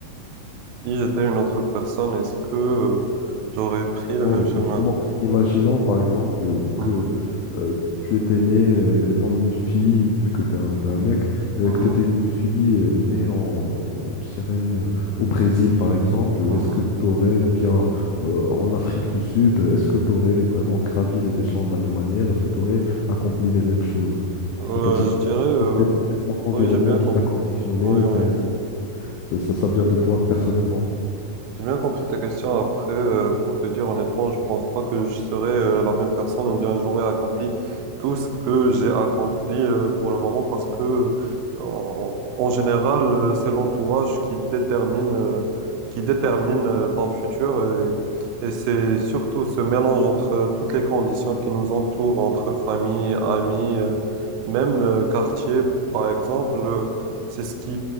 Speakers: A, on the right; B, on the left.
A: Si j'étais une autre personne, est-ce que euh, j'aurais pris le
B: Ouais,
A: même chemin?
B: justement, imaginons par exemple euh,
A: Mhm,
B: que euh, tu étais né euh, étant une fille, vu que tu es un, t'es un mec, euh,
A: mhm,
B: que tu étais une fille euh, née en, je dirais, euh, au Brésil par exemple,
A: mhm.
B: est-ce que tu aurais, ou bien euh, en Afrique du Sud, est-ce que tu aurais vraiment gravi les échelons de la même manière? Est-ce que tu aurais accompli les mêmes choses?
A: Euh,
B: C'est-à-dire,
A: je dirais,
B: est-ce
A: euh,
B: que c'est c'est ton environnement
A: oui, j'ai bien
B: qui
A: compris.
B: t'a conditionné,
A: Oui,
B: ou
A: oui.
B: bien est-ce que ça, ça ça vient de toi personnellement?
A: J'ai bien compris ta question. Après, euh, pour te dire honnêtement, je pense pas que je serai euh, la même personne ou bien j'aurai accompli tout ce que j'ai accompli euh, pour le moment parce que, euh, en, en général, euh, c'est l'entourage qui détermine, euh, qui détermine euh, ton futur et, et c'est surtout ce mélange entre euh, toutes les conditions qui nous entourent, entre famille, amis, euh, même euh, quartier, par exemple, euh, c'est ce qui